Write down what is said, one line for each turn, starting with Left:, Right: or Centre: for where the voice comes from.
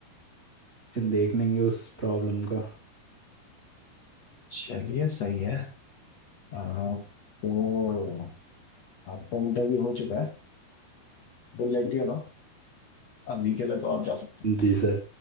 Right: देख लेंगे उस प्रॉब्लम का
Left: चलिए सही है आ, तो आपका इंटरव्यू हो चुका है दिल लेटी हो ना अभी के लिए तो आप जा सकते हो
Right: जी सर